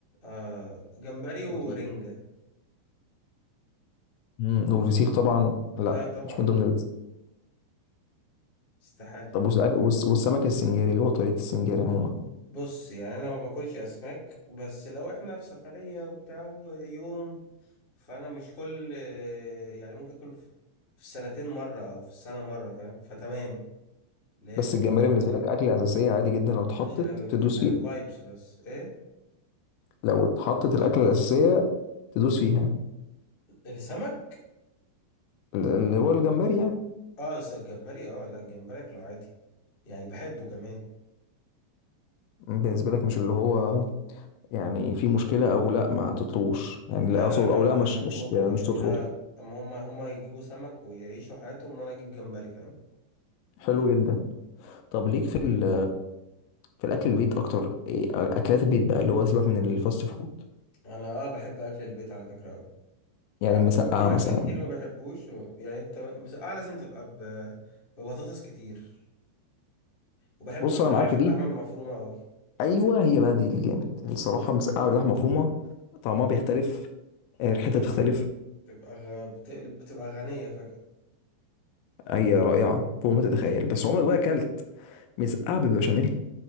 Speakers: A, on the left; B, on the left.
A: آه جمبري ورنجة
B: مفيش مم. والفسيخ طبعا لا
A: لا طبعا
B: مش من ضمن الرز
A: استحالة
B: طب والسمك والس- والسمك السنجاري اللي هو طريقه السنجاري عموما
A: بص يعني انا ما باكلش اسماك بس لو احنا في سفرية وبتاع يوم فانا مش كل يعني ممكن اكل في في السنتين مرة او في السنة مرة فاهم فتمام اللي هي
B: بس
A: بتبقى
B: الجمبري بالنسبه لك اكله اساسيه عادي جدا لو اتحطت
A: عشان ال...
B: تدوس
A: عشان
B: فيها
A: الفايبس بس ايه
B: لو اتحطت الاكله الاساسيه تدوس فيها
A: السمك
B: ال- اللي هو الجمبري يعني
A: اه بس الجمبري اه لا الجمبري اكله عادي يعني بحبه كمان
B: بالنسبه لك مش اللي هو يعني في مشكله او لا ما تطلوش يعني
A: لا
B: لا اقصد
A: لا
B: او لا
A: لا
B: مش
A: لا اطلبه
B: مش مش
A: يعني
B: ترفض
A: ده اما هم هم يجيبوا سمك ويعيشوا حياتهم وانا اجيب جمبري فاهم
B: حلو جدا طب ليك في ال في الاكل البيت اكتر إيه، اكلات البيت بقى اللي هو سيبك من الفاست فود
A: انا اه بحب اكل البيت على فكرة قوي
B: يعني
A: يعني
B: مسقعه
A: بك... في
B: مثلا
A: اكل كتير ما بحبوش و... يعني انت مسقعة لازم تبقى ب... ببطاطس كتير وبحب
B: بص
A: المسقعة
B: انا معاك
A: باللحمة
B: في دي
A: المفرومة قوي
B: ايوه هي بقى دي الجامد الصراحه مسقعه باللحمه مفرومه طعمها بيختلف
A: خطيرة
B: آه، ريحتها بتختلف
A: بتبقى غ... بتقلب بتبقى غنية فجأة
B: هي رائعه فوق ما تتخيل بس عمرك بقى اكلت مسقعه بالبشاميل